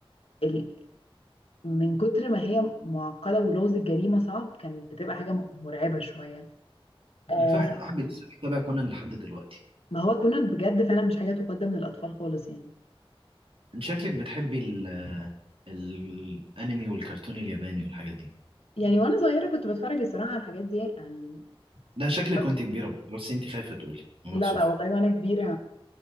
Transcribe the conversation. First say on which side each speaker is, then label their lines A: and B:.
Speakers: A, on the left (about 80°); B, on the right (about 65°).
A: ال... من كتر ما هي معقدة ولغز الجريمة صعب كان بتبقى حاجة مرعبة شوية آه،
B: انا في واحد صاحبي لسه بيتابع كونان لحد دلوقتي
A: ما هو كونان بجد فعلا مش حاجة تقدم للأطفال خالص يعني
B: انت شكلك بتحبي ال ال- الانمي والكرتون الياباني والحاجات دي
A: يعني وأنا صغيرة كنت بتفرج الصراحة على الحاجات دي يعني
B: ده شكلك
A: بس
B: وانت كبيرة بس انت خايفة تقولي ومكسوفة
A: لا لا والله وأنا كبيرة